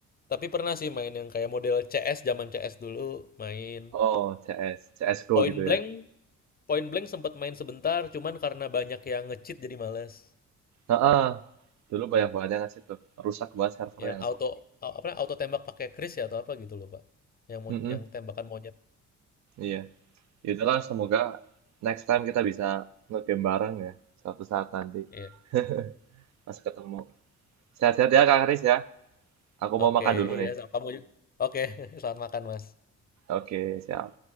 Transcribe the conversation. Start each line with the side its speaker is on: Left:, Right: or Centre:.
Left: Tapi pernah sih main yang kayak model CS, zaman CS dulu main.
Right: Oh, C S CS, CS Go
Left: Point
Right: gitu
Left: Blank
Right: ya.
Left: Point Blank sempat main sebentar cuman karena banyak yang nge-cheat jadi males.
Right: Heeh. Dulu banyak banget yang ngasih tuh. Rusak banget servernya
Left: Yang
Right: lah.
Left: auto a- apa auto tembak pakai Chris ya atau apa gitu loh, Pak. Yang mon-
Right: Mm-mm,
Left: yang tembakan monyet.
Right: iya. Yaudahlah, semoga next time kita bisa nge-game bareng ya. Suatu saat nanti
Left: Iya.
Right: <laughs> pas ketemu. Sehat-sehat ya Kak Kris ya. Aku mau
Left: Oke,
Right: makan dulu
Left: iya
Right: nih.
Left: sama kamu juga. Oke, <laughs> selamat makan, Mas.
Right: Oke, siap.